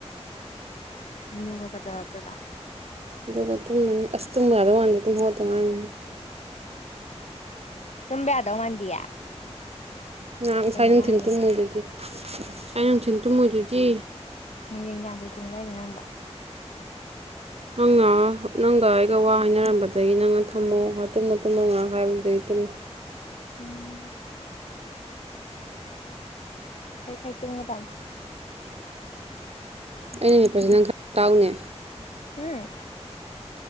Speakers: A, on the left (about 80°); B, on the right (about 65°).
A: ꯑꯗꯨꯒ ꯀꯩꯗꯧꯔꯗꯣꯕ
B: ꯑꯗꯨꯒ ꯇꯨꯝꯕꯅꯤ ꯑꯁ ꯇꯨꯝꯕ ꯌꯥꯗꯧ ꯋꯥꯥꯟꯗꯦ ꯇꯨꯝ ꯍꯧꯒꯠꯇ ꯉꯥꯏꯔꯤꯕꯅꯤꯅ
A: ꯇꯨꯝꯕ ꯌꯥꯗꯧ ꯃꯥꯟꯗꯤꯌꯦ
B: ꯉꯩꯍꯥꯛ ꯉꯁꯥꯏ
A: ꯀꯩꯒꯤꯅꯣ
B: ꯅꯨꯡꯊꯤꯟ
A: ꯍꯥꯏꯁꯦ
B: ꯇꯨꯝꯃꯨꯔꯤꯗꯨꯗꯤ ꯉꯁꯥꯏ ꯅꯨꯡꯊꯤꯟ ꯇꯨꯝꯃꯨꯔꯤꯗꯨꯗꯤ
A: ꯅꯨꯡꯊꯤꯟꯕꯨ ꯀꯌꯥꯝ ꯀꯨꯏꯅ ꯍꯥꯏꯅꯣ ꯅꯪꯕꯣ
B: ꯅꯪꯅ ꯅꯪꯒ ꯑꯩꯒ ꯋꯥ ꯍꯥꯏꯅꯔꯝꯕꯗꯒꯤ ꯅꯪꯅ ꯊꯝꯃꯣ ꯇꯨꯝꯃꯣ ꯇꯨꯝꯃꯣ ꯉꯩꯍꯥꯛ ꯍꯥꯏꯕꯗꯨꯗꯒꯤ ꯇꯨꯝꯃꯤ
A: ꯎꯝ ꯐꯩ ꯐꯩ ꯇꯨꯝꯒꯗꯕꯅꯤ
B: ꯑꯩꯅ ꯂꯤꯠꯄꯁꯤ ꯅꯪ ꯈꯔ ꯇꯥꯎꯅꯦ
A: ꯎꯝ